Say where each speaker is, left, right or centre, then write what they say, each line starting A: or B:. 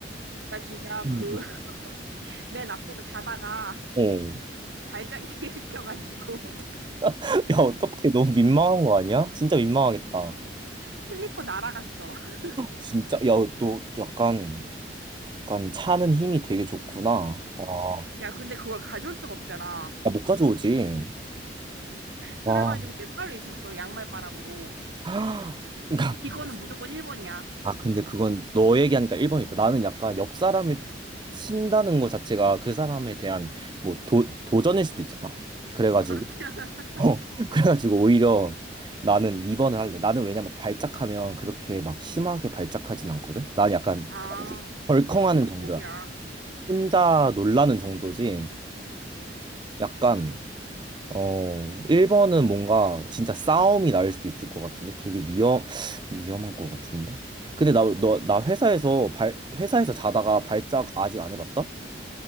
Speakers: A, on the right (about 75°); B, on the right (about 25°).
A: 나 진짜
B: 음,
A: 그, <laughs> 맨 앞에서 자다가
B: 어.
A: 발작이 <laughs> 일으켜가지고.
B: <laughs> 야, 어떡해. 너무 민망한 거 아니야? 진짜 민망하겠다.
A: 슬리퍼 날아갔어. <laughs>
B: 진짜 야, 너 약간 약간 차는 힘이 되게 좋구나. 와.
A: 야, 근데 그걸 가져올 수가 없잖아.
B: 야, 못 가져오지.
A: 그래가지고
B: 와.
A: 맨발로 있었어. 양말 바람으로.
B: <gasps> <laughs>
A: <laughs> 이거는 무조건 1번이야.
B: 아, 근데 그건 너 얘기하니까 1번이다. 나는 약간 옆 사람을 친다는 것 자체가 그 사람에 대한 뭐 도, 도전일 수도 있잖아. 그래가지고,
A: 그렇지. <laughs>
B: <laughs> 어, 그래가지고 오히려 나는 2번을 할래. 나는 왜냐면 발작하면 그렇게 막 심하게 발작하진 않거든. 난 약간
A: 아,
B: 벌컹하는
A: 그 축복이야.
B: 정도야. 혼자 놀라는 정도지. 약간 어, 1번은 뭔가 진짜 싸움이 날 수도 있을 것 같은데 되게 위험, 위험한 것 같은데. 근데 나, 너, 나 회사에서 발, 회사에서 자다가 발작 아직 안 해봤다?